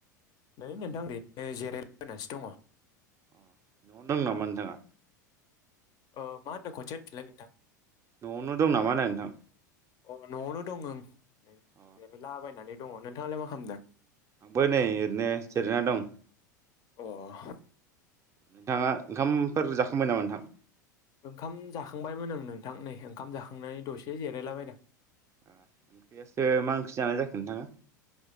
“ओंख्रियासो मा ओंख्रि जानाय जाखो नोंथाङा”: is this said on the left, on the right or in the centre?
Right